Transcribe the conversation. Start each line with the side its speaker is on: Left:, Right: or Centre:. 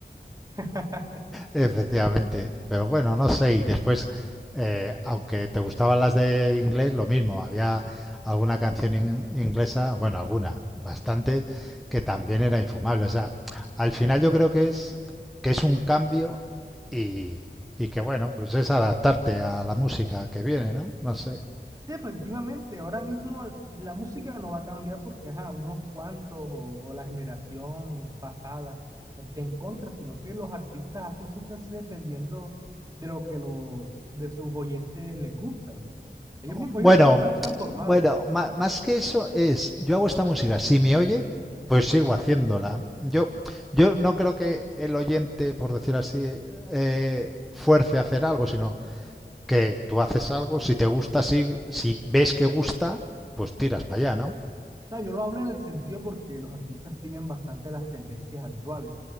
Right: <laughs>
Centre: Efectivamente, pero bueno, no sé, y después, eh, aunque te gustaban las de inglés, lo mismo, había alguna canción in- inglesa, bueno, alguna, bastantes, que también era infumable. O sea, al final yo creo que es, que es un cambio y, y que bueno, pues es adaptarte a la música que viene, ¿no? No sé.
Right: Sí, efectivamente, ahora mismo la música no va a cambiar porque ajá, unos cuantos o, o la generación pasada esté en contra, sino que los artistas hacen sus canciones dependiendo de lo que los de sus oyentes les gusta. Ellos mismos,
Centre: Bueno,
Right: ellos también se han transformado.
Centre: bueno, ma- más que eso es, yo hago esta música, si me oye, pues sigo haciéndola. Yo, yo no creo que el oyente, por decir así, eh, fuerce a hacer algo, sino que tú haces algo, si te gusta, si, si ves que gusta, pues tiras para allá, ¿no?
Right: sea, yo lo hablo en el sentido porque los artistas siguen bastante las tendencias actuales.